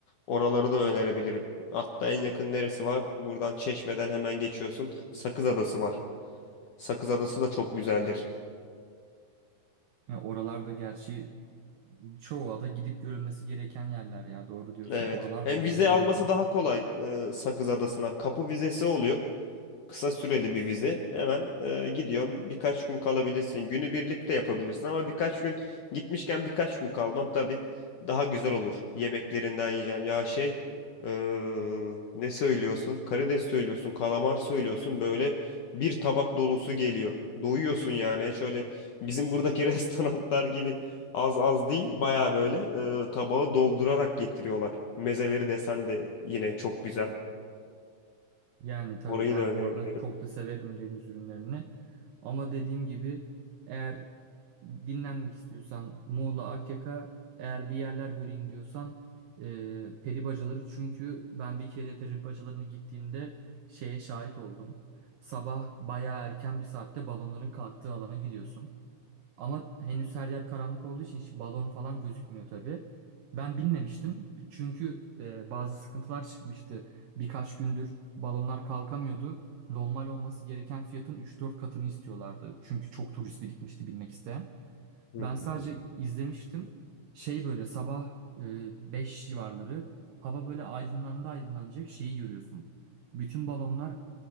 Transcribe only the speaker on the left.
Oraları da önerebilirim. Hatta en yakın neresi var? Buradan Çeşme'den hemen geçiyorsun. Sakız Adası var. Sakız Adası da çok güzeldir.
Evet.
Hem
vize
alması
daha kolay e, Sakız Adası'na. Kapı vizesi oluyor. kısa süreli bir vize. Hemen e, gidiyorum. Birkaç gün kalabilirsin. Günü birlikte yapabilirsin ama birkaç gün gitmişken birkaç gün kalman tabii daha güzel olur. Yemeklerinden yiyeceksin. Ya şey e, ne söylüyorsun? Karides söylüyorsun, kalamar söylüyorsun. Böyle bir tabak dolusu geliyor. Doyuyorsun yani. Hiç öyle bizim buradaki <laughs> restoranlar gibi az az değil. Baya böyle e, tabağı doldurarak getiriyorlar. Mezeleri desen de yine çok güzel.
Orayı
da önerebilirim.
Hmm.